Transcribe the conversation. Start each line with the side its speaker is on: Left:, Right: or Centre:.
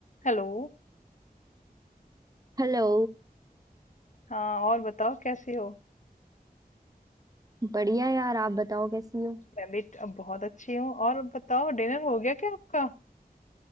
Left: Hello
Right: हेलो
Left: हाँ और बताओ कैसी हो
Right: बढ़िया यार आप बताओ कैसी हो
Left: मैं भी ट- बहुत अच्छी हूँ और बताओ डिनर हो गया क्या आपका